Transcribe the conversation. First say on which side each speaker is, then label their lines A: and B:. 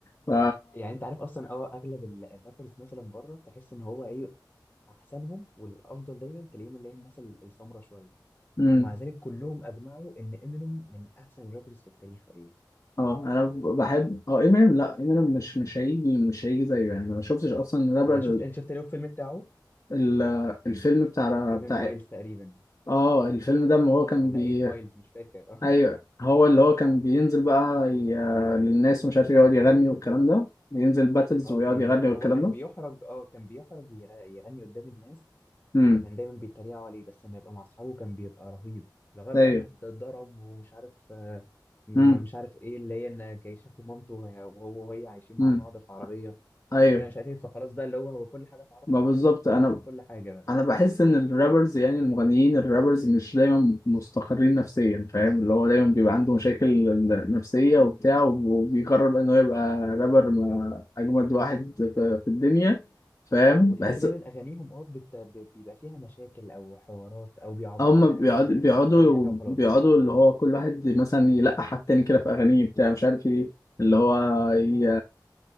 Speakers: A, on the left (about 40°); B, on the left (about 25°).
A: ف
B: يعني انت عارف اصلا اه اغلب ال- الرابرز مثلا بره تحس ان هو ايه احسنهم والافضل دايما تلاقيهم اللي هي الناس ال- السمره شويه
A: مم.
B: ومع ذلك كلهم اجمعوا ان امينيم من احسن الرابرز في التاريخ تقريبا
A: اه انا بحب اه امينيم لا امينيم مش مش هيجي مش هيجي زيه يعني أنا ما شفتش اصلا رابر
B: يعني شفت انت شفت له الفيلم بتاعه
A: ال... الفيلم بتاع
B: 7
A: بتاع
B: مايلز تقريبا
A: اه الفيلم ده ما هو كان
B: ولا
A: بي
B: 8 مايلز مش فاكر <laughs> اه
A: ايوه هو اللي هو كان بينزل بقى ي... للناس ومش عارف إيه، يقعد يغني والكلام ده بينزل باتلز
B: اه
A: ويقعد
B: كان
A: يغني والكلام
B: هو كان
A: ده
B: بيحرج اه كان بيحرج يغ- يغني قدام الناس
A: امم
B: فكان دايما بيتريقوا عليه بس لما يبقى مع اصحابه كان بيبقى رهيب لغايه
A: ايوه
B: بقى ما اتضرب ومش عارف آه، م-
A: امم
B: م- مش عارف ايه اللي هي ان جاي شافوا مامته وهي- وهو وهي عايشين مع
A: امم
B: بعض في عربيه
A: ايوه
B: وبتاع مش عارف ايه فخلاص بقى اللي هو هو كل حاجه اتعرفت
A: ما بالظبط
B: عنه فخسر
A: انا
B: كل حاجه
A: انا بحس ان الرابرز يعني المغنيين الرابرز مش دايما مستقرين نفسيا فاهم اللي هو دايما بيبقى عنده مشاكل نفسية وبتاع وبيقرر بقى ان هو يبقى رابر ما- اجمد واحد في في الدنيا فاهم
B: وتحس
A: بحس
B: دايما اغانيهم اه بت... ب- بيبقى فيها مشاكل او حوارات او بيعبروا
A: هم
B: عن حاجه
A: بيقعدوا
B: فيها
A: بيقعدوا
B: مش اي حاجه وخلاص
A: بيقعدوا اللي هو كل واحد مثلا يلقح على التاني كده في أغانيه بتاع مش عارف ايه اللي هو ي...